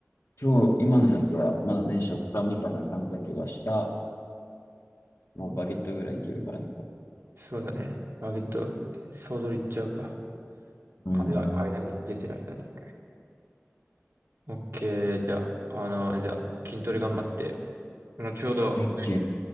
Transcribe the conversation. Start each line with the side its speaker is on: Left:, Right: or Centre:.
Left: 今日、今のやつはまだね、食感みたいな感じだけど、明日、もうバゲットぐらいいけるからな。
Right: そうだね。バゲット、総取りいっちゃうか。
Left: うんう
Right: あれは間に、出てる間に。オッケー、じゃあ、あの、じゃあ、筋トレ頑張って。後ほど、
Left: ん。OK。